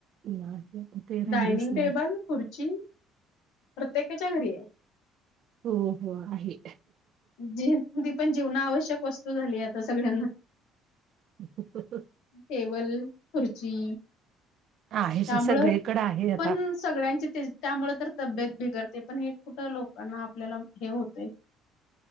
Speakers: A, on the right; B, on the left.
A: नाही ते राहिलच
B: डायनिंग
A: नाही.
B: टेबल खुर्ची प्रत्येकाच्या घरी आहे.
A: हो हो आहे.
B: जी जी पण जीवनावश्यक वस्तू झालीये आता सगळ्यांना.
A: हं हं हं.
B: टेबल, खुर्ची
A: आहेचये
B: त्यामुळं
A: सगळीकडं आहे आ
B: पण सगळ्यांची तेचं त्यामुळे तर तब्येत बिघडते पण हे कुठं लोकांना आपल्याला हे होतय.